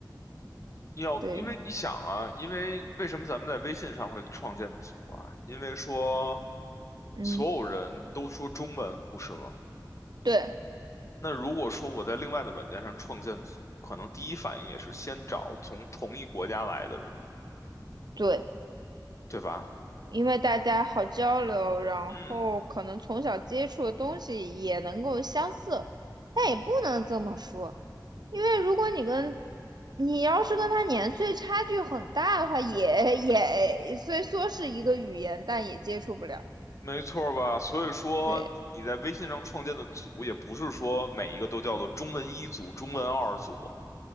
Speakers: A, on the left (about 40°); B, on the right (about 70°).
A: 要，
B: 对
A: 因为你想啊，因为为什么咱们在微信上会创建组啊？因为说
B: 嗯，
A: 所有人都说中文，不是吗？
B: 对
A: 那如果说我在另外的软件上创建组，可能第一反应也是先找从同一国家来的人，
B: 对，
A: 对吧？
B: 因为大家好交流，然后可能从小接触的东西也能够相似，
A: 嗯，
B: 但也不能这么说，因为如果你跟你要是跟他年岁差距很大的话，也也虽说是一个语言，但也接触不了。
A: 没错儿吧？所以说你在微信上创建的组，
B: 对
A: 也不是说每一个都叫做中文一组、中文二组。